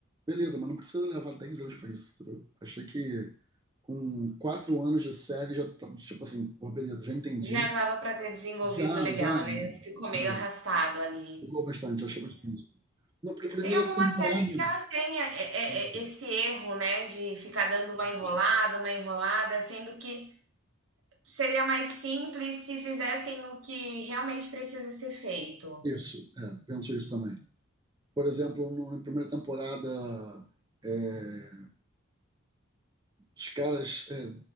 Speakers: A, on the right; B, on the right.
A: beleza, mas não precisa levar 10 anos para isso, entendeu? Achei que com quatro anos de série já tava, tipo assim, pô, beleza, já entendi.
B: Já dava para ter desenvolvido
A: Já,
B: legal,
A: já,
B: né, ficou meio
A: né,
B: arrastado ali.
A: Ficou bastante, achei bastante. Na pr- primeira
B: Tem algumas
A: temporada,
B: séries que elas têm é, é, é,
A: é,
B: esse erro, né, de ficar dando uma enrolada, uma enrolada, sendo que seria mais simples se fizessem o que realmente precisa ser feito.
A: é, isso, é, penso isso também. Por exemplo, no- na primeira temporada, é, os caras é,